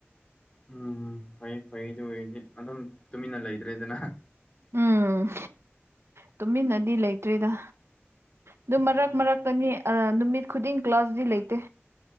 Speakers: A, on the left; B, on the right.
A: ꯎꯝ ꯐꯩ ꯐꯩꯗꯤ ꯑꯗꯨꯑꯣꯏꯗꯤ ꯑꯗꯨꯝ ꯇꯨꯃꯤꯟꯅ ꯂꯩꯇ꯭ꯔꯦꯗꯅ
B: ꯎꯝ ꯇꯨꯃꯤꯟꯅꯗꯤ ꯂꯩꯇ꯭ꯔꯦꯗ ꯑꯗꯨꯝ
A: ꯎꯝ
B: ꯃꯔꯛ ꯃꯔꯛꯇꯅꯤ ꯅꯨꯃꯤꯠ ꯈꯨꯗꯤꯡ ꯀ꯭ꯂꯥꯁꯗꯤ ꯂꯩꯇꯦ